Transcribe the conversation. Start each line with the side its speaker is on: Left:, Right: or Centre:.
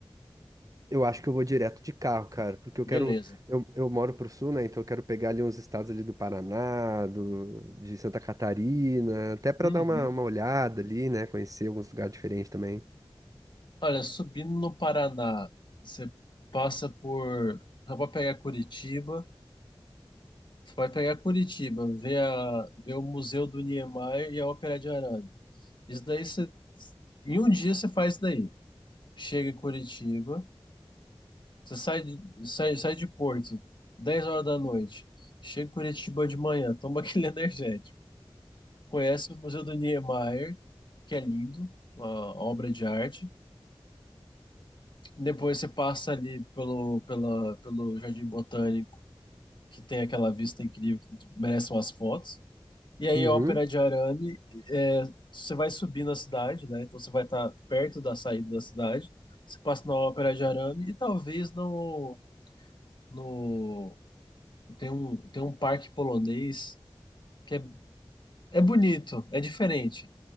Right: Eu acho que eu vou direto de carro, cara, porque eu
Left: Beleza.
Right: quero. Eu, eu moro pro sul, né? Então eu quero pegar ali uns estados ali do Paraná, do, de Santa Catarina, até pra
Left: Uhum.
Right: dar uma, uma olhada ali, né? Conhecer alguns lugares diferentes também.
Left: Olha, subindo no Paraná, você passa por, dá pra pegar Curitiba. Você vai pegar Curitiba, ver, a, ver o Museu do Niemeyer e a Ópera de Arame. Isso daí você, em um dia você faz isso daí. Chega em Curitiba, você sai de, sai, sai de Porto, 10 horas da noite. Chega em Curitiba de manhã, toma aquele <laughs> energético. Conhece o Museu do Niemeyer, que é lindo, uma obra de arte. Depois você passa ali pelo, pela, pelo Jardim Botânico, que tem aquela vista incrível, que merece umas fotos. E aí,
Right: Uhum.
Left: ópera de arame, é, você vai subir na cidade, né? Então você vai estar perto da saída da cidade. Você passa na ópera de arame e talvez no, no tem um tem um parque polonês que é, é bonito, é diferente,